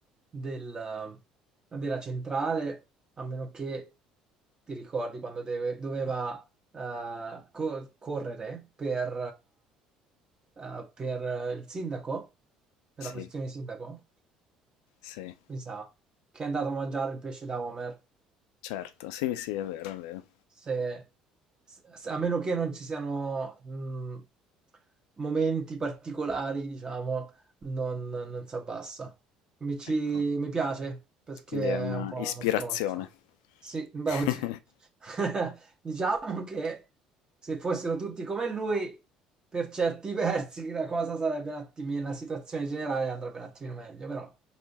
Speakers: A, on the right; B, on the left.
A: del- della centrale, a meno che ti ricordi quando deve- doveva eh, co- correre per, eh, eh, per, eh, il sindaco, per
B: Sì,
A: la posizione di sindaco,
B: sì,
A: mi sa, che è andato a mangiare il pesce da Homer.
B: certo. Sì, sì, è vero, è vero.
A: se, se- a meno che non ci siano mh, momenti particolari, diciamo, non, non si abbassa. Mi, ci-
B: Ecco.
A: mi piace perché
B: Quindi è una
A: è un po'
B: ispirazione.
A: uno stronzo. Sì, beh,
B: <laughs>
A: oddio. <laughs> Diciamo che se fossero tutti come lui, per certi versi la cosa sarebbe un attimino, la situazione generale andrebbe un attimino meglio, però